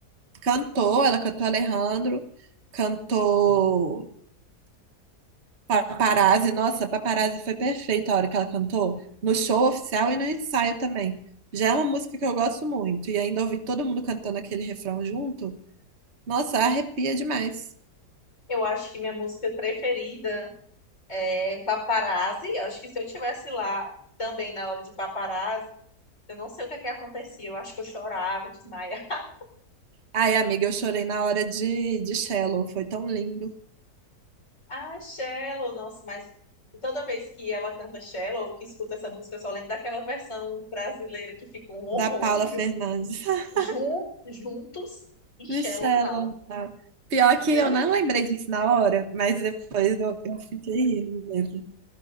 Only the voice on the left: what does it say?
Eu acho que minha música preferida é Paparazzi. Eu acho que se eu tivesse lá também na hora de Paparazzi, eu não sei o que é que acontecia. Eu acho que eu chorava, desmaia. <laughs>
Ah, Shallow, nossa, mas toda vez que ela canta Shallow, ou que escuta essa música, eu só lembro daquela versão brasileira que ficou um horror,
Jun, juntos e Shallow
Now.
Meu,